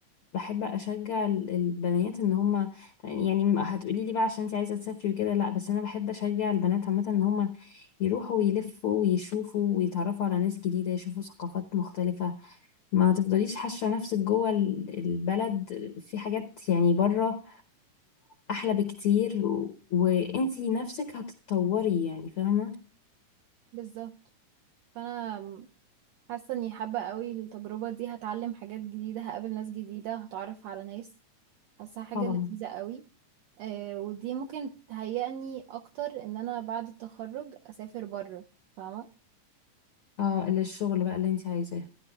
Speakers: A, on the left; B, on the right.
A: بحب أشجع ال- البنات إن هما يعني هتقولي لي بقى عشان أنت عايزة تسافري وكده لأ بس أنا بحب أشجع البنات عامة إن هما يروحوا ويلفوا ويشوفوا ويتعرفوا على ناس جديدة يشوفوا ثقافات مختلفة ما تفضليش حاشة نفسك جوه ال- البلد في حاجات يعني بره أحلى بكتير و... وأنتي نفسك هتتطوري يعني فاهمة؟
B: بالظبط فأنا حاسة إني حابة قوي التجربة دي هتعلم حاجات جديدة هقابل ناس جديدة هتعرف على ناس حاسة حاجة
A: طبعا
B: لذيذة قوي آه ودي ممكن تهيئني اكتر ان انا بعد التخرج اسافر بره فاهمه
A: اه للشغل بقى اللي أنت عايزاه